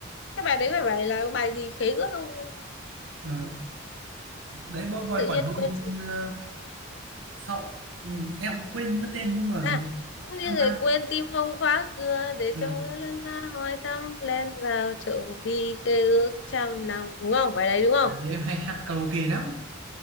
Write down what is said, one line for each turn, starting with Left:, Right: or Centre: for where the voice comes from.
Left: cái bài đấy phải bài là bài gì khế ước không
Right: ờ. đấy boy boy
Left: tự
Right: bọn
Left: nhiên
Right: đun
Left: quên
Right: ờ, sau ừ, em cũng quên mất tên nhưng mà
Left: À, cũng như
Right: tham
Left: người
Right: gia
Left: quên tim không khóa cửa để
Right: ờ,
Left: cho mưa lân la hỏi thăm len vào trộm đi khê ước trăm năm đúng không bài đấy đúng không
Right: bản thì em hay hát karaoke lắm